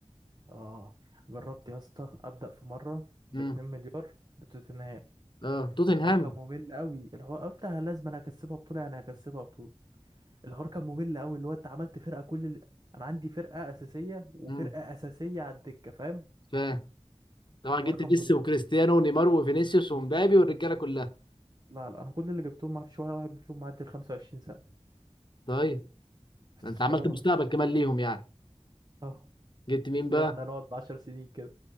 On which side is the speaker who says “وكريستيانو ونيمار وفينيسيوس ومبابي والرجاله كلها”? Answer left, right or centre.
Left